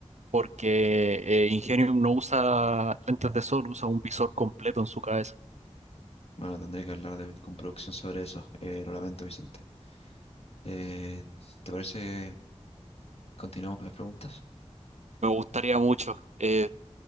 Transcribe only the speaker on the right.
porque eh, Ingenium no usa lentes de sol, usa un visor completo en su cabeza.
Me gustaría mucho. eh,